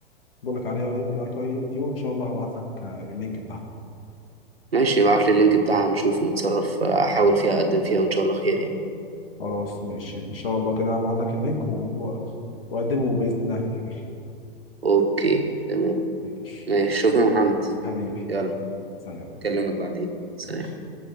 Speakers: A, on the left (about 70°); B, on the right (about 85°).
A: بقول لك عليها الاي تي اي دي وان شاء الله هبعت لك آه، اللينك بتاعها
B: ماشي ابعت لي اللينك بتاعها نشوف نتصرف احاول فيها اقدم فيها وان شاء الله خير يعني
A: خلاص ماشي ان شاء الله كده هبعت لك اللينك و... وقدمه بإذن الله هتتقبل
B: اوكي تمام
A: ماشي
B: ماشي شكرا يا محمد
A: حبيبي
B: يلا
A: سلام
B: اكلمك بعدين سلام
A: ماشي